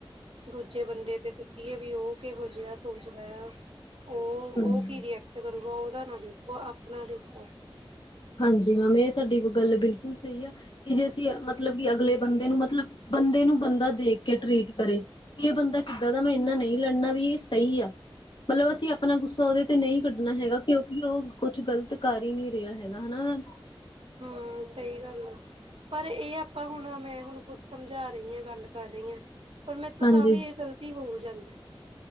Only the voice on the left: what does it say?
ਹਾਂਜੀ।
ਹਾਂਜੀ ਮੈਮ ਇਹ ਤੁਹਾਡੀ ਗੱਲ ਬਿਲਕੁਲ ਸਹੀ ਆ ਕਿ ਜੇ ਅਸੀਂ ਮਤਲਬ ਕਿ ਅਗਲੇ ਬੰਦੇ ਨੂੰ ਮਤਲਬ ਬੰਦੇ ਨੂੰ ਬੰਦਾ ਦੇਖ ਕੇ ਟ੍ਰਰੀਟ ਕਰੇ ਵੀ ਇਹ ਬੰਦਾ ਕਿੱਦਾਂ ਦਾ ਮੈਂ ਇੰਨਾ ਨਹੀਂ ਲੜਨਾ ਵੀ ਇਹ ਸਹੀ ਆ, ਮਤਲਬ ਅਸੀਂ ਆਪਣਾ ਗੁੱਸਾ ਉਹਦੇ ਤੇ ਨਹੀਂ ਕੱਢਣਾ ਹੈਗਾ, ਕਿਉਂਕਿ ਉਹ ਕੁਛ ਗ਼ਲਤ ਕਰ ਹੀ ਨਹੀਂ ਰਿਹਾ ਹੈਗਾ ਹਨਾ
ਹਾਂਜੀ।